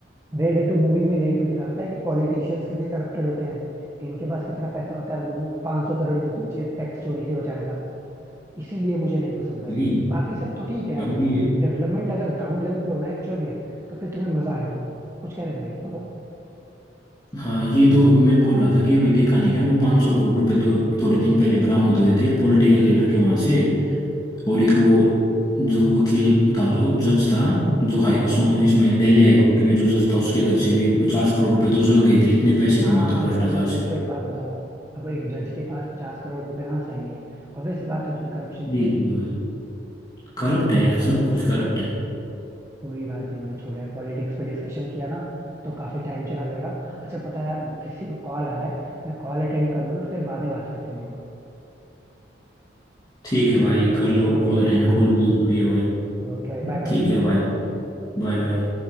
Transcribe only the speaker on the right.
Raid two movie <laughs> में यही तो दिखाता है कि पॉलिटिशियंस कितने करप्टेड होते हैं इनके पास कितना पैसा होता है पांच सौ करोड़ की उसने टैक्स चोरी से बचाया था इसीलिए मुझे नहीं पसंद भाई
बाकी सब तो ठीक है यार
देखो डेवलपमेंट अगर ग्राउंड लेवल पे हो ना एक्चुअल में तो फिर तुम्हें मजा आएगा कुछ कह रहे थे भाई बोलो
हम्म
हाँ
भाई सोचो
एक बात बताओ अब एक जज के पास पचास करोड़ रुपए कहाँ से आएंगे obvious सी बात है उसने करप्शन
किया है
कोई बात नहीं भाई छोड़ो यार पॉलिटिक्स पे डिस्कशन किया ना तो काफी टाइम चला जाएगा अच्छा पता है यार किसी को कॉल आ रहा है मैं कॉल अटेंड कर लूँ ना फिर बाद में बात करते हैं हम लोग
ठीक
है भाई
ओके
भाई
ओके भाई बाय
बाय